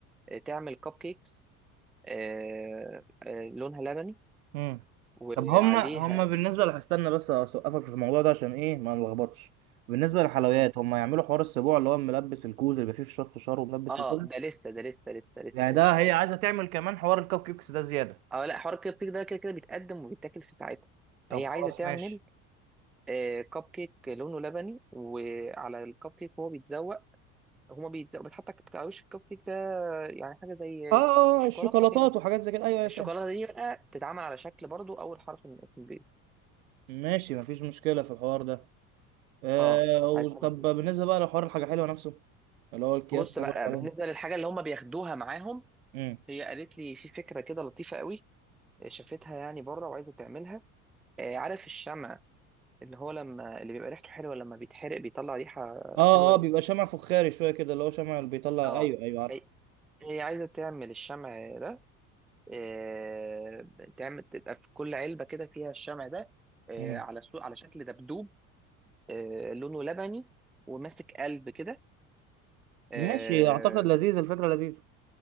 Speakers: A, in the centre; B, on the right.
A: آه، تعمل كب كيكس آه، آه، لونها لبني
B: مم.
A: وعليها
B: طب هما هما بالنسبة لح- استنى بس أوقفك في الموضوع ده عشان إيه ما نلخبطش بالنسبة للحلويات
A: مم.
B: هما يعملوا حوار السبوع اللي هو ملبس الكوز اللي بيبقى فيه فشار فشار وملبس
A: اه
B: وكده
A: ده لسه ده لسه لسه لسه
B: يعني ده
A: لسه
B: هي
A: لسه
B: عايزة تعمل كمان حوار الكب كيكس ده زيادة
A: اه لا حوار الكب كيك ده كده كده بيتقدم وبيتاكل في ساعتها
B: طب
A: هي
B: خلاص
A: عايزه تعمل
B: ماشي
A: آه، كب كيك لونه لبني وعلى الكب كيك هو بيتزوق هما بيتزوق بتحط على وش الكب كيك ده يعني حاجه زي
B: اه
A: شوكولاته
B: اه الشوكولاتات
A: كده
B: وحاجات زي كده ايوه ايوه
A: الشوكولاته
B: فاهم
A: دي بقى تتعمل على شكل برضو اول حرف من اسم البيبي
B: ماشي مفيش مشكلة في الحوار ده آه
A: اه
B: و-
A: عايز تعمل
B: طب
A: كده.
B: بالنسبة بقى لحوار الحاجة حلوة نفسه اللي هو الأكياس
A: بص
B: اللي
A: بقى
B: أنا بقولك عليها
A: بالنسبه للحاجه اللي هم بياخدوها معاهم
B: مم.
A: هي قالت لي في فكرة كده لطيفة قوي آه، شافتها يعني بره وعايزة تعملها آه، عارف الشمع اللي هو لما اللي بيبقى ريحته حلوة لما بيتحرق بيطلع ريحة
B: اه
A: حلوة ده
B: اه بيبقى شمع فخاري شوية كده اللي هو شمع اللي بيطلع
A: اه
B: ايوه ايوه
A: هي هي عايزة تعمل الشمع ده آه، تعمل تبقى في كل علبة كده فيها الشمع ده آه،
B: عارفه
A: على سو... على شكل دبدوب آه، لونه لبني وماسك قلب كده اه
B: ماشي اعتقد لذيذ الفكره لذيذه